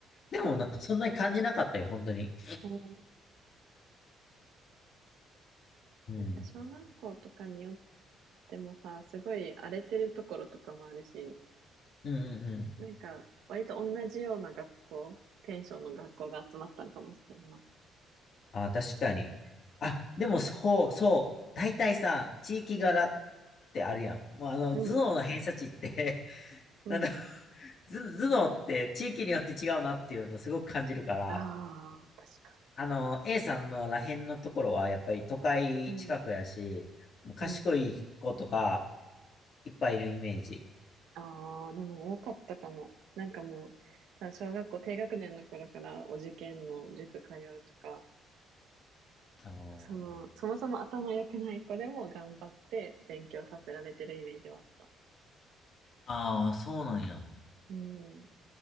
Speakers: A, on the left; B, on the right.
A: でもなんかそんなに感じなかったよ、本当に。
B: うん。ね
A: うん。
B: えー、なんか小学校とかによってもさ、すごい荒れてるところとかもあるし、
A: うんうんうん。
B: なんか割と同じような学校、テンションの学校が集まったんかもしれんな。
A: あ、確かに。あ、でもそうそう。大体さ、地域柄っ
B: うん、
A: てあるやん。もうあの、
B: うん、
A: 頭脳の偏差値って <laughs>
B: うん。
A: なんだ、頭頭脳って地域によって違うなっていうのをすごく感じるから、
B: ああ、確か
A: あの、A さんのらへんのところは、やっぱり都会近くやし、
B: うん。
A: もう賢い子とか
B: うん。
A: いっぱいいるイメージ。
B: ああ、でも多かったかも。なんかもう、さ、小学校低学年の頃からお受験の塾通うとか、
A: あの
B: その、そもそも頭良くない子でも頑張って勉強させられてるイメージはあった。
A: ああ、そうなんや。
B: うん。